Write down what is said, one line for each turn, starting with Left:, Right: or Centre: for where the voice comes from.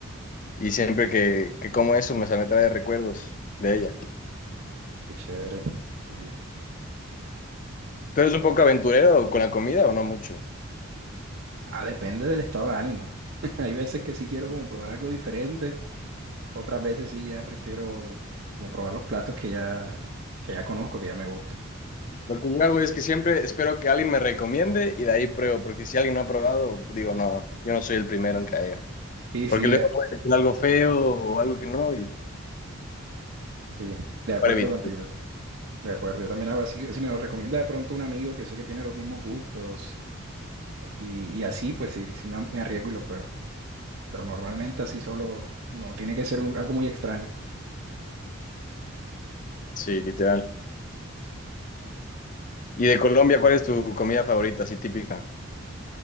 Left: y siempre que, que como eso me, me trae recuerdos de ella.
Right: Qué chévere. Sí.
Left: ¿Tú eres un poco aventurero con la comida o no mucho?
Right: Ah, depende del estado de ánimo. <laughs> Hay veces que sí quiero como probar algo diferente, otras veces sí ya prefiero como probar los platos que ya, que ya conozco, que ya me gustan.
Left: Lo que yo hago es que siempre espero que alguien me recomiende y de ahí pruebo, porque si alguien no ha probado, digo, no, yo no soy el primero en caer.
Right: Sí,
Left: Porque
Right: sí,
Left: luego
Right: de,
Left: puede ser algo feo o algo que no, y
Right: sí, de acuerdo
Left: para evitar.
Right: contigo, de acuerdo. Yo también hago así, si me lo recomienda de pronto un amigo que sé que tiene los mismos gustos y, y así, pues sí, sí me, me arriesgo y lo pruebo. Pero normalmente así solo, no, tiene que ser un- algo muy extraño.
Left: Sí, literal. ¿Y de Colombia, cuál es tu comida favorita, así típica?